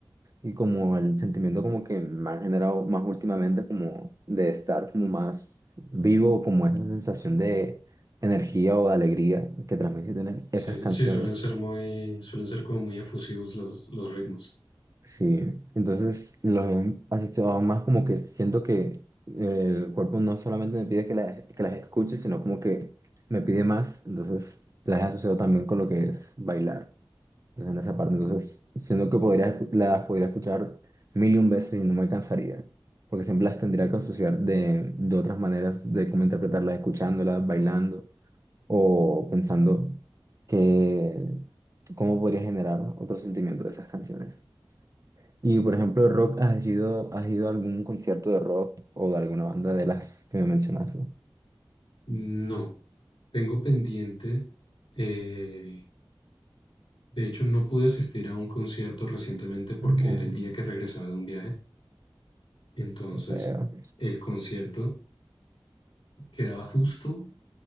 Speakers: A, on the right (about 40°); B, on the left (about 75°).
A: y como el sentimiento como que me ha generado más últimamente como de estar como más vivo, como esa sensación de energía o de alegría que transmiten
B: sí,
A: esas canciones.
B: sí, suelen ser muy, suelen ser como muy efusivos los, los ritmos.
A: Sí, entonces los he asociado más como que siento que el cuerpo no solamente me pide que las, que las escuche, sino como que me pide más, entonces las he asociado también con lo que es bailar. Entonces, en esa parte, entonces, siento que podría, las podría escuchar mil y un veces y no me cansaría, porque siempre las tendría que asociar de, de otras maneras de cómo interpretarlas, escuchándolas, bailando o pensando que cómo podría generar otro sentimiento de esas canciones. Y, por ejemplo, rock, ¿has ido, has ido a algún concierto de rock o de alguna banda de las que me mencionaste?
B: No, tengo pendiente. eh, de hecho, no pude asistir a un concierto recientemente porque
A: No,
B: era el día que regresaba de un viaje. Entonces,
A: qué feo.
B: el concierto quedaba justo,